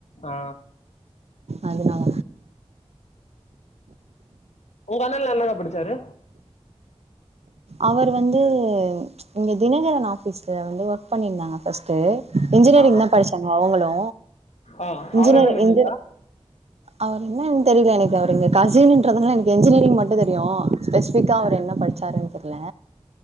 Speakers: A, on the left (about 75°); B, on the right (about 65°).
A: ஆ
B: அதனால
A: கனல்ல என்னகா பிடிச்சாரு
B: அவர் வந்து இங்க தினகரன் ஆஃப் பீஸ்ல வந்து ஒர்க் பண்ணிருந்தாங்க ஃபஸ்ட் இன்ஜினியரிங்தா
A: ஆ,
B: படிச்சாங்க அவுங்களு,
A: ஆ.
B: இன்ஜினியரிங்,
A: அவர் என்ன மேஜர்க்கா
B: இன்ஜி அவர் என்னன்னு தெரியல எனக்கு அவரு எங்க கசின்றதுனால எனக்கு எஜினியரிங் மட்டு தெரியு ஃபெஸ்பிக்கா அவர் என்ன படிச்சாரு தெர்ல